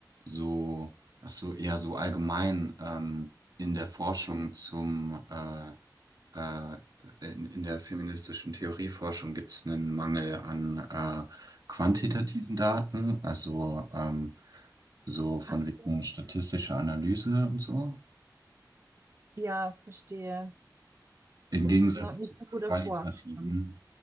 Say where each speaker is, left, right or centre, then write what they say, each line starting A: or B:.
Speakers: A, on the right; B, on the right.
A: so, ach so, eher so allgemein ähm, in der Forschung zum äh, äh, in, in der feministischen Theorieforschung gibt's einen Mangel an äh, quantitativen
B: Hm.
A: Daten, also ähm, so von
B: Ach so.
A: wegen statistischer Analyse und so.
B: Ja, verstehe.
A: Im
B: Das
A: Gegensatz
B: ist noch nicht
A: zu
B: so gut
A: qualitativen.
B: erforscht. Ne?